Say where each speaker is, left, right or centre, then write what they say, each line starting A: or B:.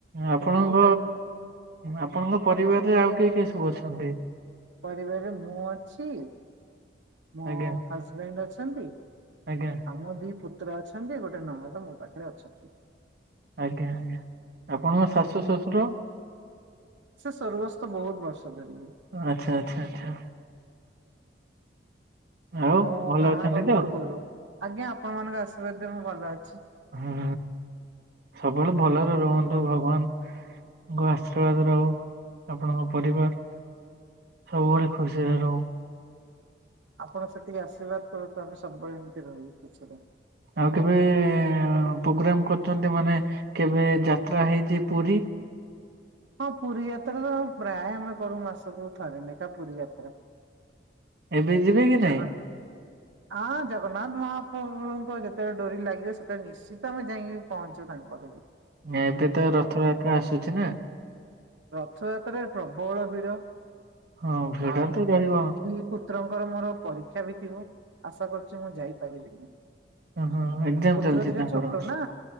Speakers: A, on the right; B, on the right.
A: ଆପଣଙ୍କ
B: ଏତିିକି <unintelligible>
A: ଆପଣଙ୍କ ପରିବାରରେ ଆଉ କିଏ କିଏ ସବୁ ଅଛନ୍ତି?
B: ପରିବାରରେ ମୁଁ ଅଛି ମୋ
A: ଆଜ୍ଞା
B: ହଜବେଣ୍ଡ ଅଛନ୍ତି।
A: ଆଜ୍ଞା।
B: ଆମ ଦି ପୁତ୍ର ଅଛନ୍ତି ଗୋଟେ ନଣନ୍ଦ ମୋ ପାଖରେ ଅଛନ୍ତି।
A: ଆଜ୍ଞା ଆଜ୍ଞା ଆପଣଙ୍କ ଶାଶୁ ଶଶୁର?
B: ସେ ସର୍ଗସ୍ ତ ବହୁତ ବର୍ଷ ଧରି।
A: ଆଛା ଆଚ୍ଛା ଆଚ୍ଛା। ଆଉ
B: ମୁଁ
A: ଭଲ
B: ବାହା
A: ଅଛନ୍ତି
B: ହବା
A: ତ?
B: ପୂର୍ବରୁ ଆଜ୍ଞା ଆପଣ ମାନଙ୍କ ଆଶୀର୍ବାଦେ ମୁଁ ଭଲ ଅଛି।
A: ହୁଁ ସବୁବେଳେ ଭଲରେ ରୁହନ୍ତୁ ଭଗବାନ ଆଶୀର୍ବାଦ ରହୁ ଆପଣଙ୍କ ପରିବାର ସବୁବେଳେ ଖୁସିରେ ରହୁ।
B: ଆପଣଙ୍କ ସେତିକି ଆଶୀର୍ବାଦ କରୁଥାନ୍ତୁ ଆମେ ସବୁବେଳେ ଏମିତି ରହୁ ଖୁସି ରେ।
A: ଆଉ କେବେ ପ୍ରୋଗ୍ରାମ କରିଛନ୍ତି ମାନେ କେବେ ଯାତ୍ରା ହେଇଛି ପୁରୀ
B: ହଁ ପୁରୀ ଯାତ୍ରା ତ ପ୍ରାୟ ଆମେ କରୁ ମାସକୁ ଥରେ ଲେଖା ପୁରୀ ଯାତ୍ରା।
A: ଏବେ ଯିବେ କି ନାଇଁ?
B: ଜଗନ୍ ଆଁ ଜଗନ୍ନାଥ ମହାପ୍ରଭୁଙ୍କ ଯେତେବେଳେ ଡୋରି ଲାଗିବ ସେତବେଳେ ନିଶ୍ଚିତ ଆମେ ଯାଇ ପହଞ୍ଚିବୁ ତାଙ୍କପାଖକୁ।
A: ନା ଏବେ ତ ରଥଯାତ୍ର ଆସୁଛି ନା।
B: ରଥଯାତ୍ରାରେ ପ୍ରବଳ ଭିଡ।
A: ହଁ ଭିଡ
B: ଆଉ
A: ତ ରହିବ
B: ଦି ପୁତ୍ରଙ୍କର ମୋର ପରୀକ୍ଷା ବି ଥିବ। ଆଶା କରୁଛି ମୁଁ ଯାଇପାରିବିନି।
A: ଅଁ ହଁ ଏକ୍ସାମ୍
B: ପୁତ୍ର
A: ଚାଲିଛି
B: ଦିଟା
A: ତାଙ୍କର
B: ଛୋଟ ନା